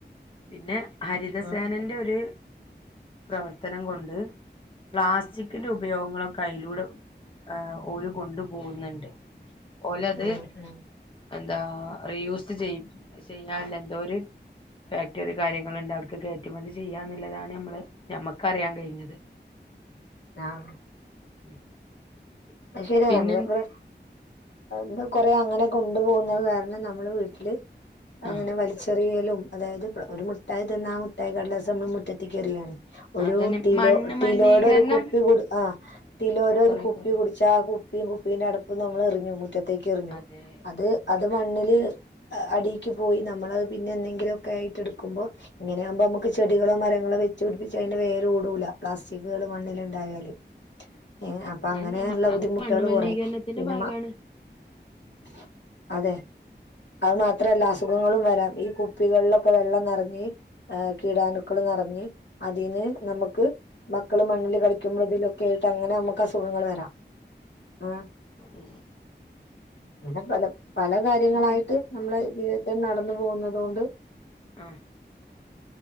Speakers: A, on the left; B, on the left.
A: പിന്നെ ഹരിതസേനേന്റെ
B: ആഹ്
A: ഒരു പ്രവർത്തനം കൊണ്ട് പ്ലാസ്റ്റിക്കിന്റെ ഉപയോഗങ്ങളൊക്കെ അയിലൂടെ ഓര് കൊണ്ടു പോകുന്നുണ്ട് ഓലത്
B: ഉം ഉം
A: എന്താ റീയൂസ് ചെയ് ചെയ്യാൻ എന്തോ ഒര് ഫാക്ടറി കാര്യങ്ങളുണ്ട് അവർക്ക് കയറ്റുമതി ചെയ്യാന്നുള്ളതാണ് നമ്മള് ഞമ്മക്ക് അറിയാൻ കഴിഞ്ഞത് <inaudible>
B: ആഹ്
A: <inaudible>
B: അത് ശരിയ
A: പിന്നെ
B: നമ്മളെ <unintelligible> ഇത് കൊറേ അങ്ങനെ കൊണ്ടു പോകുന്നത് കാരണം നമ്മള് വീട്ടില് അങ്ങനെ
A: ആ
B: വലിച്ചെറിയലും അതായത് ഒരു മുട്ടായി തിന്ന ആ മുട്ടായി കടലാസ്‌ നമ്മള് മുറ്റത്തേക്കെറിയാണ് ഒരു
A: അതന്നെ
B: ടിലോ
A: മണ്ണ്
B: ടിലോടെ
A: മലിനീകരണം
B: ഒരു കുപ്പിടു ആ ടിലോയുടെ
A: കൊറെ
B: ഒരു കുപ്പി-
A: കൊറഞ്ഞു
B: പക്ഷെ ആ കുപ്പിയും കുപ്പീന്റെ അടപ്പും നമ്മ എറിഞ്ഞു മുറ്റത്തേക്ക് എറിഞ്ഞു
A: അതെ
B: അത് അത് മണ്ണില്- അടിക്ക് പോയി നമ്മള് അത് പിന്നെ എന്തെങ്കിലുമൊക്കെ ആയിട്ട് എടുക്കുമ്പോ- ഇങ്ങനെ ആകുമ്പോ നമുക്ക് ചെടികളോ മരങ്ങളോ വെച്ച് പിടിപ്പിച്ച് അതിന്റെ വേര് ഓടുല പ്ലാസ്റ്റിക്കുകള് മണ്ണില് ഉണ്ടായാല് ഏ അപ്പൊ അങ്ങനെയുള്ള
A: അതന്നെ
B: ബുദ്ധിമുട്ടുകള്
A: അത് മണ്ണ് മലിനീകരണത്തിന്റെ
B: കൊറയും പിന്നെ
A: ഭാഗമാണ്
B: മക്ക - അതെ അതു മാത്രല്ല അസുഖങ്ങളും വരാം ഈ- കുപ്പികളിലൊക്കെ വെള്ളം നെറഞ്ഞ് കീടാനുക്കൾ നെറഞ്ഞ് അതിന് നമുക്ക്- മക്കള് മണ്ണിൽ കളിക്കുമ്പോൾ ഇതിലൊക്കെ ആയിട്ട് അങ്ങനെ നമുക്ക് അസുഖങ്ങൾ വരാം ആഹ്
A: എസ്
B: അങ്ങനെ പല പല കാര്യങ്ങളായിട്ട്
A: പിന്നെ
B: നമ്മള് ജീവിത്തിൽ നടന്നു പോകുന്നുന്നത് കൊണ്ട്-
A: ആഹ്